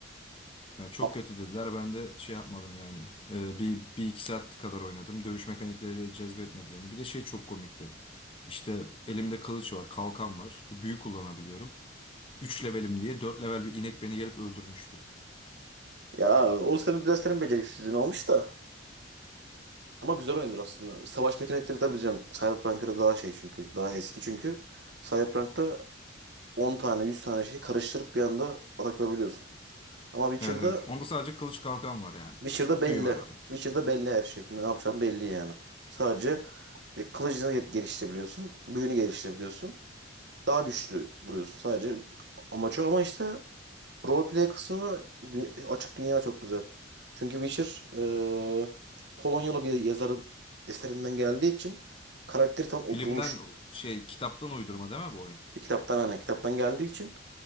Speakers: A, on the left; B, on the right.
A: Ya çok
B: A-
A: kötü dediler ben de şey yapmadım yani. E, bir, bir iki saat kadar oynadım. Dövüş mekanikleri cezbetmedi beni. Bir de şey çok komikti. İşte elimde kılıç var, kalkan var. Büyü kullanabiliyorum. üç levelim diye 4 level bir inek beni gelip öldürmüştü.
B: Ya o sebebi biraz senin beceriksizliğin olmuş da. Ama güzel oyundur aslında. Savaş mekanikleri tabii canım. Cyberpunk'a göre daha şey çünkü. Daha eski çünkü. Cyberpunk'ta 10 tane 100 tane şeyi karıştırıp bir anda atak yapabiliyorsun. Ama Witcher'da
A: Evet evet. Onda sadece kılıç kalkan var yani.
B: Witcher'da belli.
A: Büyü var bir de.
B: Witcher'da belli her şey. Ne yapacağım belli yani. Sadece e, kılıcını gel- geliştirebiliyorsun. Büyünü geliştirebiliyorsun. Daha güçlü vuruyorsun. Sadece amacı ama işte roleplay kısmı dü- açık dünya çok güzel. Çünkü Witcher e, Polonyalı bir yazarın eserinden geldiği için karakteri tam oturmuş.
A: Filmden şey kitaptan uydurma değil mi bu oyun?
B: Bir kitaptan aynen kitaptan geldiği için